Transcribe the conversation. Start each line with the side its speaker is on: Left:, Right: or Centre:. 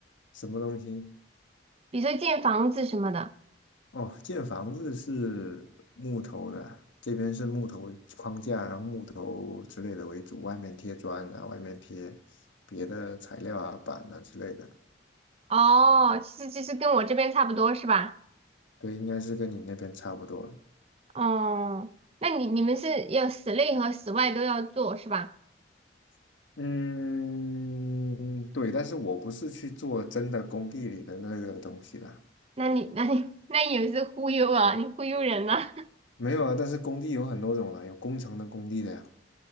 Left: 什么东西？
Right: 比如说建房子什么的。
Left: 哦，建房子是木头的，这边是木头框架，然后木头之类的为主，外面贴砖啊，外面贴别的材料啊、板啊之类的。
Right: 哦，其实其实跟我这边差不多是吧？
Left: 对，应该是跟你那边差不多了
Right: 哦，那你你们是要室内和室外都要做是吧？
Left: 嗯，对，但是我不是去做真的工地里的那个东西啦，
Right: 那你那你 <laughs> 那也是忽悠啊，你忽悠人呐、
Left: 没有啊。但是工地有很多种啦，有工程的工地的呀，